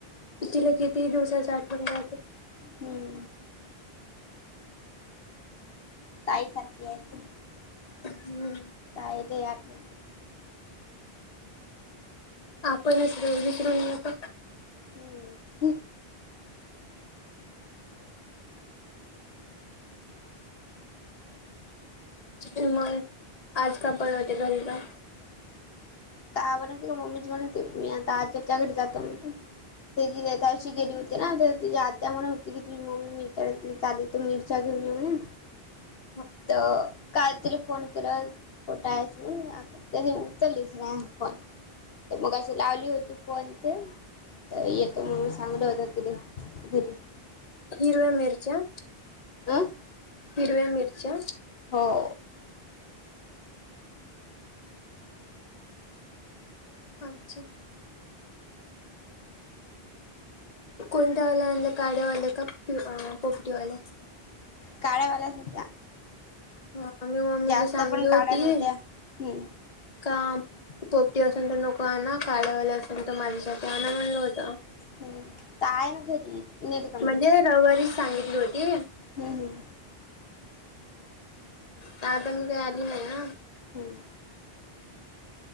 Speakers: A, on the left; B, on the left.
A: तिला कितीहि दिवसाच आठवण राहते.
B: हम्म. ताईसारखी आहे तिनं.
A: हम्म.
B: काय देवाक.
A: आपणच विसरून हे जातो.
B: हम्म.
A: इमोय, आज का पण होते? घरी जा.
B: का, बनवते का? मम्मीच बनवते. मी आता आजीच्या घरी जातो म्हणतो. ते जी दिवशी गेली होती ना, तर तिझी आत्या म्हणा होती की, तुझी मम्मी मी चाली. तर, मिरच्या घेऊ ये म्हणे.
A: <inaudible>
B: तर काल तिला फोन केला, कुठंयस? म्हणून, तर तिने उचलीच नाही. फोन पण तर मग अशी लावली होती, फोन ते. तर येतो मग. मी सांगितलं होतं, तिथ घरी.
A: हिरव्या मिरच्या
B: अं.
A: हिरव्या मिरच्या
B: हो.
A: अच्छा. कोणत्या वाल्या आणल्या? काळ्या वाल्या का पोपटी वाल्या?
B: काळ्या वाल्या होत्या
A: हा मी मम्मीला
B: जास्त,
A: सांगली
B: पण
A: होती
B: काळ्या नव्हत्या. हम्.
A: का, पोपटी असेल तर नको आणा. काळ्या वाल्या असतील तर माझ्यासाठी यांना म्हणल होतं,
B: हम्म तर आहे ना घरी नेली का
A: म्हणजे रविवारी सांगितलं होतं. येऊया.
B: हम्-हम.
A: तादन गई, आली नाही ना?
B: हम्म